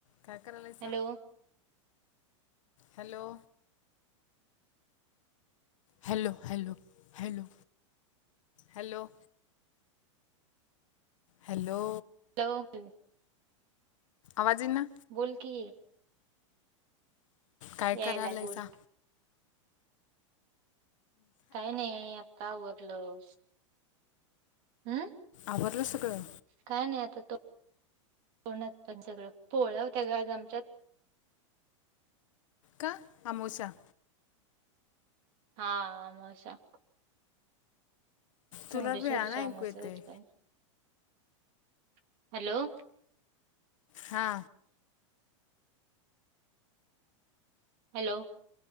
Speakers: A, on the left; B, on the right.
A: काय करालयसा
B: hello
A: hello. Hello hello hello hello. Hello.
B: Hello.
A: आवाज येईन ना.
B: बोल की
A: काय
B: यायलाय
A: करालायसा?
B: बोल काय नाही आता आवरलं. हम्म.
A: आवरलं सगळं
B: काय नाही आता तो तोंडांत पण सगळं पोळ्या होत्या ग आज आमच्या
A: का आमोस्या
B: हा हा आमोस्या. चौंडेश्वरी
A: तुला वेळानं ऐकू
B: अमावस्या
A: येतंय
B: <unintelligible> हॅलो! !
A: हा
B: हॅलो.